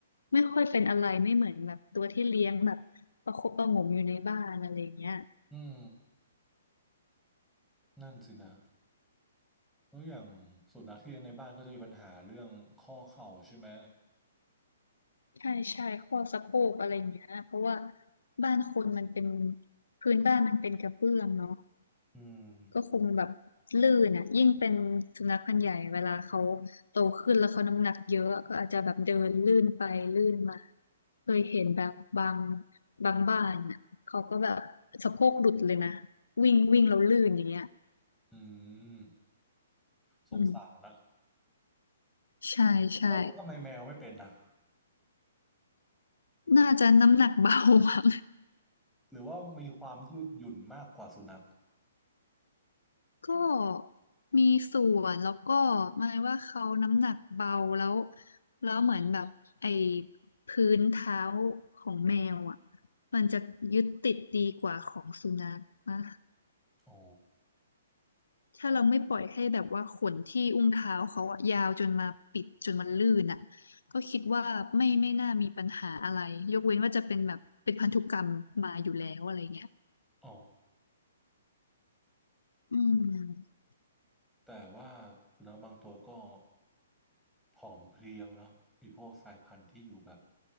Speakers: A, on the left; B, in the centre.
A: ไม่ค่อยเป็นอะไรไม่เหมือนแบบตัวที่เลี้ยงแบบประคบประหงมอยู่ในบ้านอะไรเงี้ย
B: อืมนั่นสินะ แล้วอย่างสุนัขที่เลี้ยงในบ้านก็จะมีปัญหาเรื่องข้อเข่าใช่ไหม
A: ใช่ใช่ข้อสะโพกอะไรอย่างเงี้ยเพราะว่าบ้านคนมันเป็นพื้นบ้านมันเป็นกระเบื้องเนาะ
B: อืม
A: ก็คงแบบลื่นอ่ะยิ่งเป็นสุนัขพันธุ์ใหญ่เวลาเขาโตขึ้นแล้วเขาน้ำหนักเยอะก็อาจจะแบบเดินลื่นไปลื่นมาเคยเห็นแบบบางบางบ้านอ่ะเขาก็แบบสะโพกหลุดเลยนะวิ่งวิ่งแล้วลื่นอย่างเงี้ย
B: อืมสงสารอะ
A: อืมใช่ใช่
B: แล้วทำไมแมวไม่เป็นนะ
A: น่าจะน้ำหนักเบาอะ
B: หรือว่ามีความยืดหยุ่นมากกว่าสุนัข
A: ก็มีส่วนแล้วก็หมายว่าเขาน้ำหนักเบาแล้วแล้วเหมือนแบบไอ้พื้นเท้าของแมวอ่ะมันจะยึดติดดีกว่าของสุนัขนะ
B: อ๋อ
A: ถ้าเราไม่ปล่อยให้แบบว่าขนที่อุ้งเท้าเขาอะยาวจนมาปิดจนมันลื่นอ่ะก็คิดว่าไม่ไม่น่ามีปัญหาอะไรยกเว้นว่าจะเป็นแบบเป็นพันธุกรรมมาอยู่แล้วอะไรเงี้ย
B: อ๋อ
A: อืม
B: แต่ว่าสุนัขบางตัวก็ผอมเพรียวเนาะไอ้พวกสายพันธุ์ที่อยู่แบบ